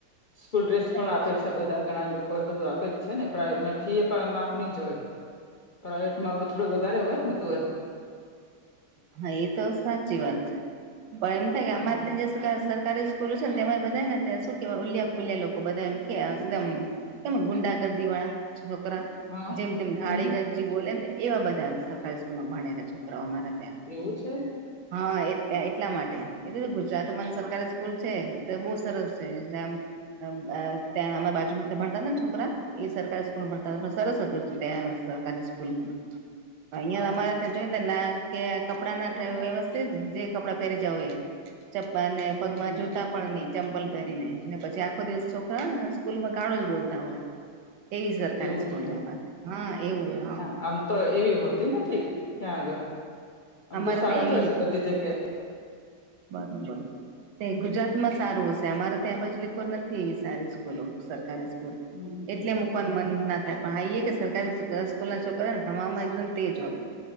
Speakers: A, on the left (about 75°); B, on the right (about 80°).
A: સ્કૂલ ડ્રેસ
B: છે
A: પણ
B: અચ્છા
A: આપે છે બ ધા ઘણા લોકો એ બધું આપે જ છે ને પ્રાઇવેટ ફી પણ આપની જ હોય પ્રાઇવેટ માં થડો વધારે હોય ને બધું એ
B: હા એ તો સાચી વાત છે પણ એમ થાય કે
A: હમ.
B: અમારે ત્યાં સરકારી સ્કૂલો છે ને તેમાં બધા હે ને તે શું કેવાય ઉલિયા પુલ્યા લોકો બધા એમ કે એકદમ કેમ કે ગુંડાગર્દી વાળા છોકરાઓ
A: હા
B: જેમ તેમ <unintelligible>
A: હમ
B: એવા બધા સરકારી સ્કૂલમાં ભણેલા છોકરાઓ મારાં
A: એવું છે
B: હા એટલે એટલા માટે ગુજરાતમાં જ સરકારી સ્કૂલ છે ત બો સરસ છે ત આમ ત્યાં અમારા બાજુમાં ત્યાં ભણતા હતા ને છોકરા એ સરકારી સ્કૂલ માં ભણતા પણ સરસ હતું ત્યાં સારી સ્કૂલમાં અહીંયા
A: હા
B: અમારા એ જોઈ ને ત ના કે કપડાં ના ઠે વ્યવસ્થિત જે કપડાં પેરી જાઓ એ પગમાં
A: હમ
B: જોતા પણ ની ચંપલ પેરીને ને પછી આખો દિવસ છોકરા સ્કૂલમાં ગાળો જ બોલતા હોય તેવી સરકારી
A: એવું
B: સ્કૂલ
A: છે એમ
B: સે અમારી હા એવી હે હા
A: આમ તો એવી હોતી નથી ત્યાં આગળ આમ
B: અમારે
A: તો સારૂ
B: ત્યાં
A: જ હોય છે બધી જગ્યા એ
B: બરાબર તે ગુજરાત માં સારી હશે અમારે ત્યાં આ બાજુ <unintelligible> નથી સારી સ્કૂલો સરકારી સ્કૂલ
A: હમ હમ
B: એટલે
A: હમ.
B: પણ મન ના થાય પણ એ કે સરકારી સ્કૂલ છોકરા ને ભણવામાં એકદમ તેજ હોય